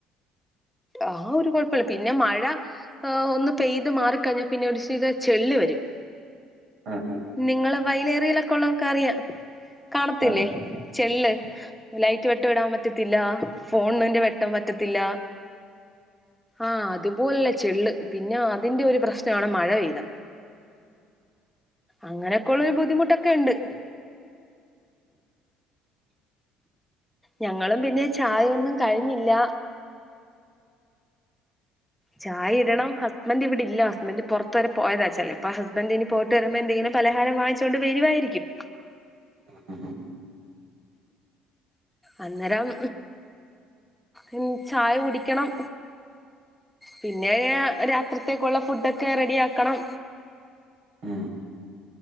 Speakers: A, in the centre; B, on the right.
A: ആഹ് ഒരു കുഴപ്പില്ല പിന്നെ മഴ ഒന്ന് പെയ്ത് മാറി ക്കഴിഞ്ഞാൽ പിന്നെ ഒരു ചെള് വരും
B: ആ ആ
A: നിങ്ങള് വയലേറിയിലൊക്കെ ഉള്ളവർക്ക് അറിയാം കാണത്തില്ലേ
B: ഉം.
A: ചെള്ള് ലൈറ്റ് വെട്ട വിടാൻ പറ്റത്തില്ല ഫോണന്റെ വെട്ടംപറ്റത്തില്ല ആഹ് അതുപോലുള്ളചെള്ള് പിന്നെ അതിന്റെ ഒരു പ്രശ്നമാണ് മഴ പെയ്ത അങ്ങനെയൊക്കെ ഉള്ള ഒരു ബുദ്ധിമുട്ടൊക്കെ ഉണ്ട് ഞങ്ങളും പിന്നെ ചായൊന്നും കഴിഞ്ഞില്ല ചായ ഇടണം ഹസ്ബൻന്റ് ഇവിടെ ഇല്ല ഹസ്ബന്റ് പുറത്ത് വരെ പോയതാ ചെലപോ ഹസ്ബൻന്റ് ഇനി പോ വരുമ്പോ എന്തെങ്കിലും പലഹാരം വാങ്ങിച്ചുകൊണ്ട് വരുവായിരിക്കും
B: ആ ആ ആ
A: അന്നേരം ഉം ചായ കുടിക്കണം പിന്നെ രാത്രിത്തേക്കുള്ള ഫുഡൊക്കെ റെഡി ആക്കണം
B: ഉം